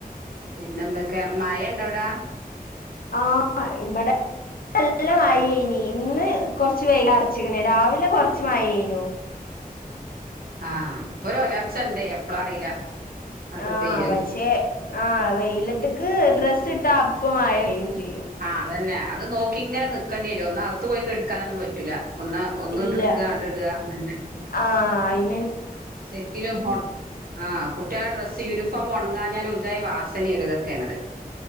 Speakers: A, on the right; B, on the left.
A: പിന്നെ എന്തൊക്കെ മഴ ഇണ്ടോ അവ്ടെ?
B: ആഹ് മ ഇബടെ നല്ല മയേയ്നി ഇന്ന് കൊറച്ച് വെയില അറച്ചിക്ണ് രാവിലെ കൊറച്ച് മയെയ്നു
A: ആഹ് ഇപ്പൊ ഒരു ഒലർച്ച ഇണ്ട് എപ്പളാ അറീല. ആണ്ട്
B: ആഹ്
A: പെയ്യല്
B: പക്ഷെ ആഹ് വെയിലത്ത്ക്ക് ഡ്രസ്സ് ഇട്ടാ അപ്പമഴപെയ്യും ചെയ്യും
A: ആഹ് അതന്നെ അത് നോക്കി ഇങ്ങനെ നിക്കണ്ടിയെരും ഒന്ന് അകത്ത് പോയിക്ക് കെട്ക്കാനൊന്നും പറ്റൂല ഒന്ന് ഒന്ന്ങ്ങട്ട്
B: ഇല്ല
A: ഇട്ക്കാ അത് ഇട അതന്നെ
B: ആഹ് അയി
A: സെക്കിലോ ആഹ് കുട്ടിയാളെ ഡ്രസ്സ് യൂണിഫോം ഒണങ്ങാഞ്ഞാൽ ഒരുജായി വാസനേണ് ഇതൊക്കെണത്